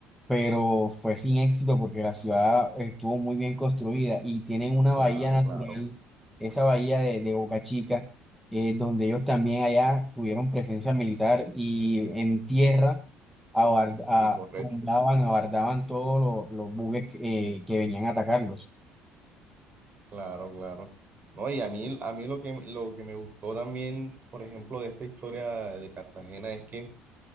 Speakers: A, in the centre; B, on the right (about 35°).
A: pero fue sin éxito porque la ciudad estuvo muy bien construida y tienen una
B: Claro,
A: bahía natural,
B: claro.
A: esa bahía de, de Boca Chica, eh, donde ellos también allá tuvieron presencia militar y en tierra abar-
B: Sí,
A: a-
B: correcto.
A: tumbaban, abardaban todos los, los buques eh, que venían a atacarlos.
B: Claro, claro. No, y a mí, a mí lo que, lo que me gustó también, por ejemplo, de esta historia de Cartagena es que